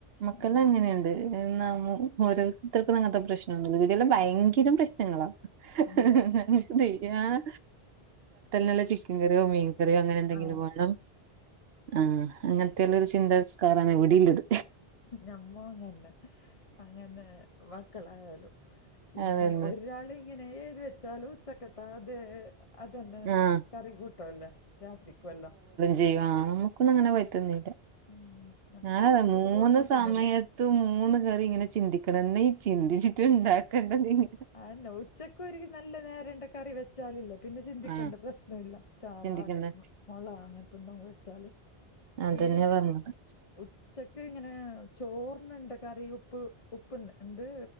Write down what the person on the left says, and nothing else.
ആ,
അതെയാ
ആ
ഞമ്മോയങ്ങന്നെ അങ്ങെന്നെ മക്കളായാലും പിന്നെ
ഒരാളിങ്ങെനെ എഴുതി വെച്ചാലു ഉച്ചക്കത്താതെ അതന്ന്
കറി കൂട്ടോവല്ലേ. രാത്രിക്കൊല്ലോ.
ഉം നമുക്ക്
ഒപ്പിച്ചിട്ട്
പോവാൻ പറ്റുന്നില്ല
അഹെന്നേ, ഉച്ചക്ക് ഒരുനെല്ല നേരം ഇണ്ട് കറി വെച്ചാ ച്ചാലില്ലേ പിന്നെ ചിന്തിക്കേണ്ട
പ്രശ്നം ഇല്ല. ചാറാ
ക മൊളോ അങ്ങനത്തെന്നും വെച്ചാല്
ഈ
ഉച്ചക്ക് ഇങ്ങനെ ചോർനുണ്ട് കറിയുപ്പ് ഉപ്പ് ഉപ്പ്ന്ന് എന്ത്